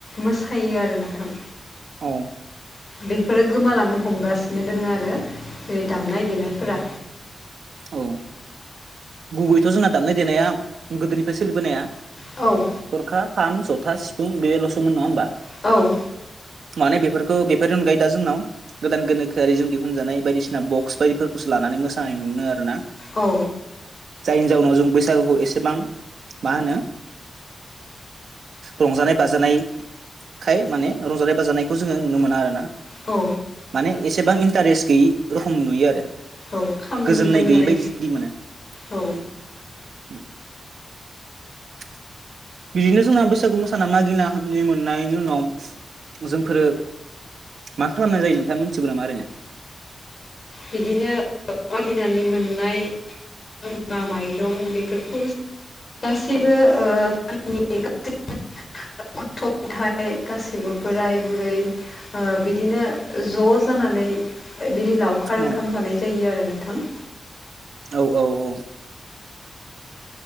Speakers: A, on the left; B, on the right.
A: मोसायो आरो नोंथां।
B: औ
A: बेफोरो गोमालांनो हमगासिनो दोङ आरो जेरै दामनाय देनायफोरा।
B: औ गुबैथ' जोंना दामनाय देनाया गोदोनिफ्राय सोलिबोनाया
A: औ
B: थरखा खाम जथा सिफुं बेलसोमोन नङा होमबा।
A: औ
B: माने बेफोरखौ बेफोरनि अनगायै दा जोंनाव गोदान गोनोखोआरिजों दिहुनजानाय बायदिसिना बक्स बायदिफोरखौसो लानानै मोसानाय मोनो आरो ना।
A: औ।
B: जायनि जाउनाव जों बैसागुखौ एसेबां मा होनो रंजानाय बाजानाय खाय माने रंजानाय बाजानायखौ जोङो नुनो मोना आरो ना।
A: औ
B: माने एसेबां इन्टारेस्ट गैयि रखम नुयो आरो
A: औ खामनि
B: गोजोननाय
A: गोमनाय
B: गैयै बायदि मोनो।
A: औ।
B: <inaudible> बिदिनो जोंना बैसागु मोसाना मागिना मोननायनि उनाव जोंफोरो मा खालामनाय जायो नोंथा मोनथिगो नामा ओरैनो
A: बिदिनो मागिनानै मोननाय <unintelligible> माइरं बेफोरखौ गासैबो <unintelligible> गथ' गथाय गासैबो बोराय बुरै बिदिनो ज' जानानै बिनि उनाव लावखार
B: औ
A: ओंखाम जानाय जायो आरो नोंथां
B: औ औ औ